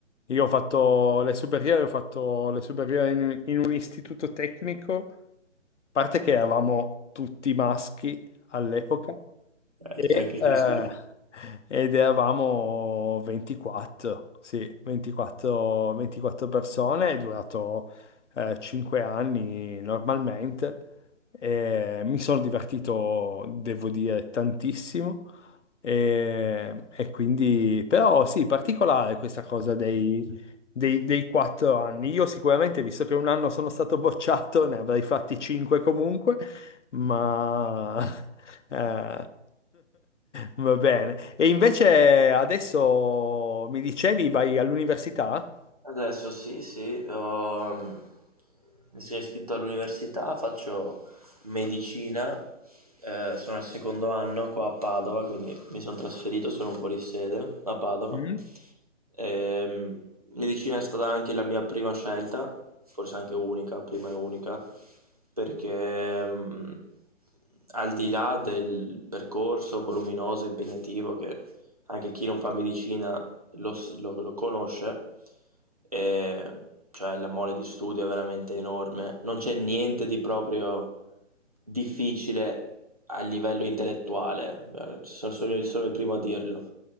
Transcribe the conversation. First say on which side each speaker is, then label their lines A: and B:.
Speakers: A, on the left; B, on the right.
A: Io ho fatto le superiori, ho fatto le superiori in, in un istituto tecnico, a parte che eravamo tutti maschi all'epoca,
B: Eh,
A: e,
B: il tecnico
A: eh,
B: sì.
A: ed eravamo 24, sì, 24, 24 persone, è durato eh, 5 anni normalmente, e mi sono divertito, devo dire, tantissimo. E, e quindi, però sì, particolare questa cosa dei, dei, dei quattro anni. Io sicuramente, visto che un anno sono stato bocciato, ne avrei fatti cinque comunque, ma <laughs> eh, va bene. E invece adesso mi dicevi, vai all'università?
B: Adesso sì, sì, ho- mm, mi sono iscritto all'università, faccio medicina, eh, sono al secondo anno qua a Padova, quindi mi sono trasferito, sono fuori sede a Padova.
A: Mm?
B: Ehm, medicina è stata anche la mia prima scelta, forse anche unica, prima e unica, perché mm, al di là del percorso voluminoso, impegnativo, che anche chi non fa medicina lo s- lo- lo conosce, e cioè la mole di studio è veramente enorme. Non c'è niente di proprio difficile a livello intellettuale, eh, sono, sono- il, sono il primo a dirlo.